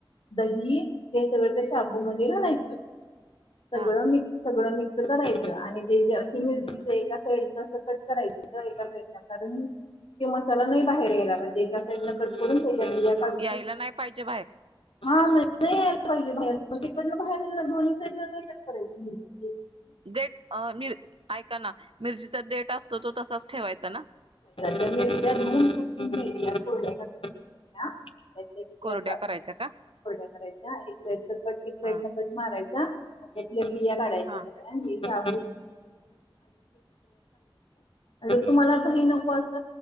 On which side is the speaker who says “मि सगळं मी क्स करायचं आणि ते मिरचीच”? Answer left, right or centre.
Left